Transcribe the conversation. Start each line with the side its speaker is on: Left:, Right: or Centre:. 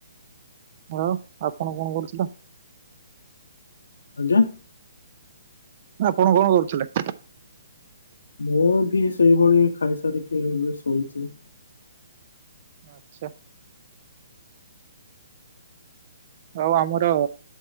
Right: ଆଉ ଆପଣ କଣ କରୁଥିଲେ?
Left: ଆଜ୍ଞା
Right: ଆପଣ କଣ କରୁଥିଲେ?
Left: ମୁଁ ବି ସେଇଭଳି ଖାଇସାରିକି ଏବେ ଶୋଇଛି।
Right: ଆଚ୍ଛା। ଆଉ ଆମର